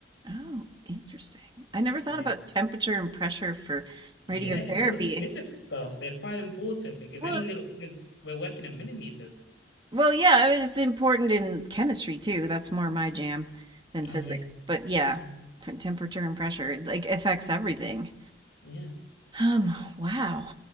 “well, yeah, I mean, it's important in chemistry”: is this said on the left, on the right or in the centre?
Right